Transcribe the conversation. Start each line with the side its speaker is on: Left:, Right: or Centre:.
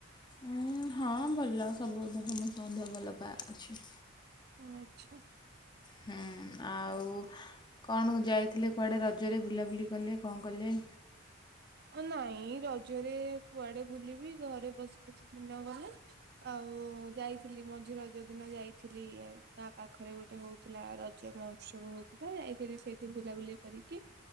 Left: ଉଁ ହଁ ଭଲ ସବୁ ସମସ୍ତ ଦେହ ଭଲ ପା ଅଛି।
Right: ହୁଁ ଆଚ୍ଛା।
Left: ହୁଁ ଆଉ କଣ ଯାଇଥିଲେ କୁଆଡ଼େ ରଜରେ ବୁଲାବୁଲି କଲେ କଁ କଲେ।
Right: ନାଇଁ ରଜରେ କୁଆଡେ ବୁଲିବି ଘରେ ବସି ବସି ଦିନ ଗଲା। ଆଉ ଯାଇଥିଲି ମଝି ରଜ ଦିନ ଯାଇଥିଲି ଗାଁ ପାଖରେ ଗୋଟେ ହଉ ଥିଲା ରଜ ମହୋତ୍ସବ ହଉଥିଲା ଯାଇଥିଲି ସେଇଠି ବୁଲାବୁଲି କରିକି।